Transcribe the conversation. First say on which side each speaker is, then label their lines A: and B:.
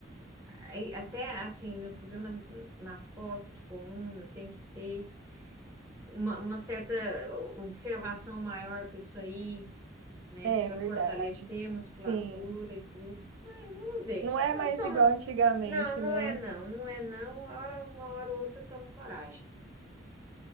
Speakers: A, on the right; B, on the right.
A: Aí, Até assim, meu problema nas costas, de coluna, tem que ter. uma, uma certa observação maior com isso aí, né?
B: É
A: Para
B: verdade.
A: fortalecer a musculatura
B: Sim.
A: e tudo. É, vamos ver.
B: Não é
A: Eu
B: mais
A: tomo.
B: igual antigamente,
A: Não, não
B: né?
A: é não, não é não. Uma hora, uma hora ou outra eu tomo coragem.